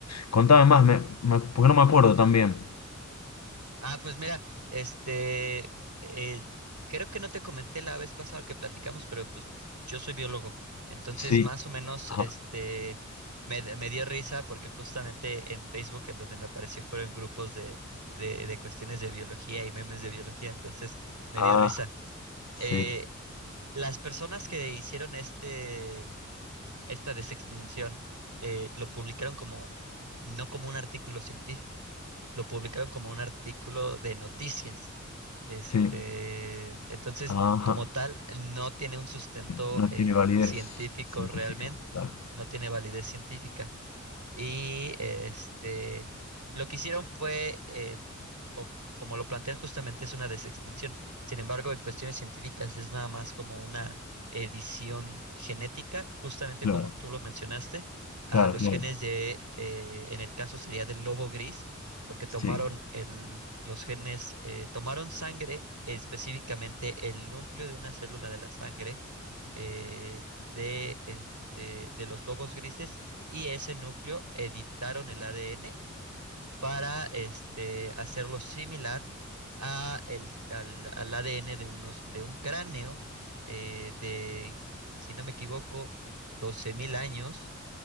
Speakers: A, on the left; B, on the right.
A: contame más, me- me- porque no me acuerdo tan bien.
B: Ah, pues mira, este, eh, creo que no te comenté la vez pasada que platicamos, pero pues yo soy biólogo, entonces
A: Sí,
B: más o menos,
A: ajá,
B: este, me, d- me dio risa porque justamente en Facebook en donde me apareció fueron grupos de, de, de cuestiones de biología y memes de biología, entonces me
A: ah,
B: dio risa.
A: sí,
B: Eh, las personas que hicieron este, esta desextinción eh, lo publicaron como, no como un artículo científico lo publicaron como un artículo de noticias. Este,
A: sí,
B: entonces,
A: ajá,
B: como tal, no tiene un sustento
A: No
B: eh,
A: tiene validez
B: científico
A: científica.
B: realmente,
A: Claro,
B: no tiene validez científica. Y este, lo que hicieron fue, eh, o como lo plantean justamente, es una desextinción. Sin embargo, en cuestiones científicas es nada más como una edición genética, justamente
A: claro,
B: como tú lo mencionaste, a
A: claro,
B: los
A: claro.
B: genes de, eh, en el caso sería del lobo gris, porque tomaron
A: Sí,
B: el, los genes, eh, tomaron sangre, específicamente el núcleo de una célula de la sangre eh, de, este, de los lobos grises y ese núcleo editaron el ADN para este, hacerlo similar a el, al, al ADN de, unos, de un cráneo eh, de, si no me equivoco, doce mil años